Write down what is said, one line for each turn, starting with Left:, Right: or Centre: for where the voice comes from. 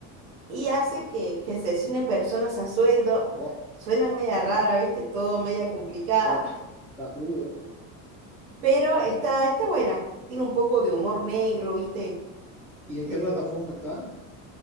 Right: y hace que, que asesine personas a sueldo.
Centre: Wow.
Right: Suena media rara,
Centre: Oh,
Right: ¿viste? Todo media complicada.
Centre: Está, está, está crudo. ¿eh?
Right: Pero está, está buena. Tiene un poco de humor negro, ¿viste?
Centre: ¿Y en
Right: Eh,
Centre: qué plataforma está?